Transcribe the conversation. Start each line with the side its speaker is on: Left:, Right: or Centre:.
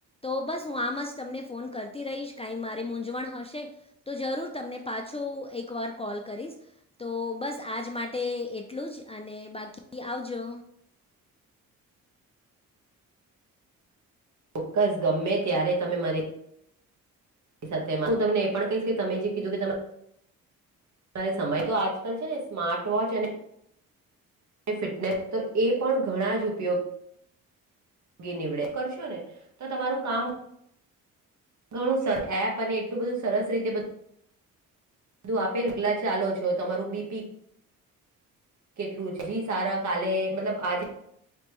Left: તો બસ હું આમ જ તમને ફોન કર થી રહીશ કાંઈ મારે મૂંઝવણ હશે તો જરૂર તમને પાછો એકવાર કોલ કરીશ. તો બસ આજ માટે એટલું જ અને બાકી આવજો.
Right: ચોક્કસ ગમે ત્યારે તમે મારી સાથે હું તમને એ પણ કહીશ કે તમે જે કીધું કે તમે મારે સમય તો આજકાલ છે ને સ્માર્ટ વોચ અને ફિટનેસ તો એ પણ ઘણા જ ઉપયોગ નીવડે કરશો ને તો તમારું કામ ઘણું સરસ એપ અને એટલું બધું સરસ રીતે બદુ બધું આપેલુંગલા ચાલો છો તમારું બીપી કેટલું જી સારા કાલે મતલબ આજ